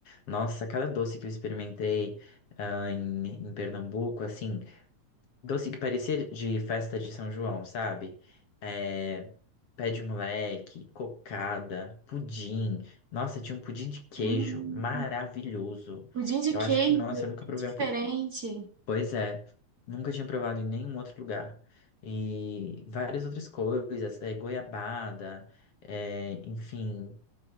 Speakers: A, on the left; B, on the right.
A: Nossa, cada doce que eu experimentei ah, em, em Pernambuco, assim. Doce que parecia de festa de São João, sabe? É, pé de moleque, cocada, pudim. Nossa, tinha um pudim de queijo
B: Hum,
A: maravilhoso.
B: pudim de
A: Eu
B: queijo,
A: acho que, nossa, eu nunca
B: que
A: provei
B: diferente.
A: um pudim. Pois é, nunca tinha provado em nenhum outro lugar. E várias outras coisas, é, goiabada, é, enfim.